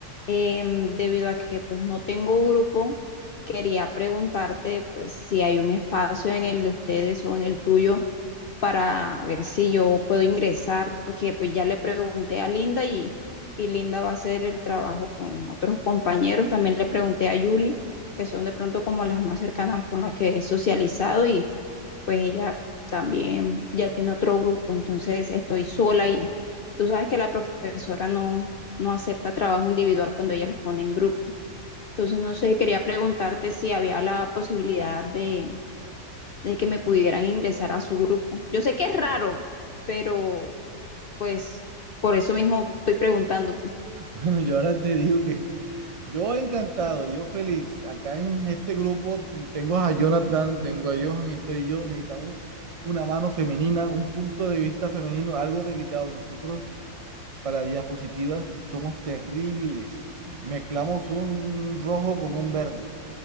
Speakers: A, on the left; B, on the right.
A: Em, debido a que pues no tengo grupo, quería preguntarte pues si hay un espacio en el de ustedes o en el tuyo para ver si yo puedo ingresar, porque pues ya le pregunté a Linda y, y Linda va a hacer el trabajo con otros compañeros. También le pregunté a Yuli, que son de pronto como las más cercanas con las que he socializado pues ella también ya tiene otro grupo, entonces estoy sola y tú sabes que la profesora no, no acepta trabajo individual cuando ella los pone en grupo. Entonces, no sé, quería preguntarte si había la posibilidad de, de que me pudieran ingresar a su grupo. Yo sé que es raro, pero pues por eso mismo estoy preguntándote.
B: Bueno, yo ahora te digo que yo encantado, yo feliz. Acá en este grupo tengo a Jonathan, tengo a Johan y estoy yo. Necesitamos una mano femenina, un punto de vista femenino, algo delicado. Nosotros para diapositivas somos terribles. Mezclamos un rojo con un verde.